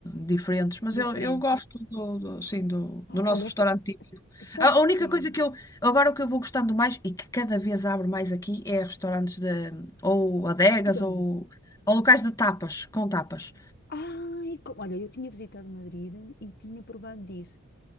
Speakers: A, on the left; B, on the left.
A: diferentes, mas
B: diferentes.
A: eu, eu gosto do, do, sim, do, do nosso
B: Olha,
A: restaurante
B: sa-
A: típico.
B: sa- sabes
A: A, a única
B: quê?
A: coisa que eu, agora o que eu vou gostando mais e que cada vez abro mais aqui é restaurantes de, ou adegas
B: Perdão.
A: ou, ou locais de tapas, com tapas.
B: Ai, co- olha, eu tinha visitado Madrid e tinha provado disso.